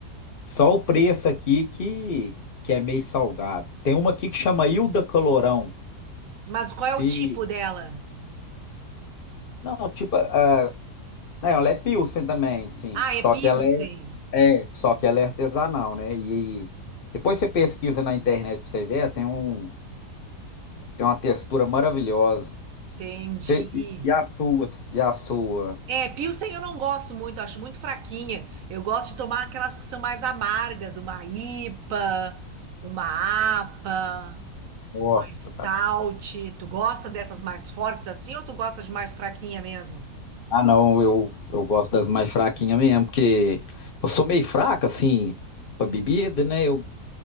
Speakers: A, on the left; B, on the right.
A: só o preço aqui que, que é meio salgado. Tem uma aqui que chama Ilda Calorão.
B: Mas qual é o
A: Se,
B: tipo dela?
A: não, tipo, ah, não, ela é Pilsen também, sim.
B: Ah,
A: Só
B: é Pilsen.
A: que ela é, é, só que ela é artesanal, né? E, e depois você pesquisa na internet pra você ver, tem um, tem uma textura maravilhosa.
B: Entendi.
A: Você- e a sua? E a sua?
B: É, Pilsen eu não gosto muito, acho muito fraquinha. Eu gosto de tomar aquelas que são mais amargas, uma IPA, uma APA.
A: Nossa,
B: Mais stout. Tu gosta dessas mais fortes assim ou tu gosta de mais fraquinha mesmo?
A: Ah, não, eu, eu gosto das mais fraquinhas mesmo, porque eu sou meio fraca, assim, pra bebida, né? Eu,